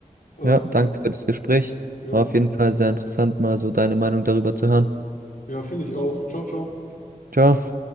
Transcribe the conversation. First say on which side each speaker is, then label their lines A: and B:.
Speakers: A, on the left (about 70°); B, on the right (about 75°).
A: Äh,
B: Ja, danke für das Gespräch.
A: jo.
B: War auf jeden Fall sehr interessant, mal so deine Meinung darüber zu hören.
A: ja, finde ich auch. Ciao, ciao.
B: Ciao.